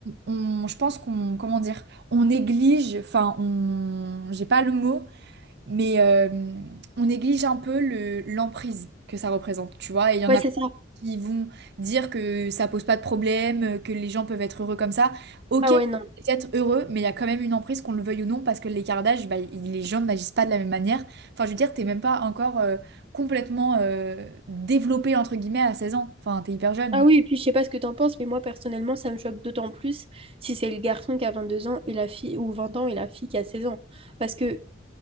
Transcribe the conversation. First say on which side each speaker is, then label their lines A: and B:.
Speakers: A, on the right; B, on the right.
A: on- je pense qu'on, comment dire, on néglige, enfin, on, j'ai pas le mot, mais euh, on néglige un peu le, l'emprise que ça représente, tu vois. Et il y en
B: ouais,
A: a
B: c'est ça.
A: qui vont dire que ça pose pas de problème, euh, que les gens peuvent être heureux comme ça. Ok,
B: Ah
A: c'est
B: ouais, non.
A: peut-être heureux, mais il y a quand même une emprise, qu'on le veuille ou non, parce que l'écart d'âge, bah, il- les gens n'agissent pas de la même manière. Enfin, je veux dire, t'es même pas encore euh, complètement euh, développé, entre guillemets, à 16 ans. Enfin, t'es hyper jeune.
B: Ah oui, et puis je sais pas ce que t'en penses, mais moi personnellement, ça me choque d'autant plus si c'est le garçon qui a 22 ans et la fille, ou 20 ans et la fille qui a 16 ans. Parce que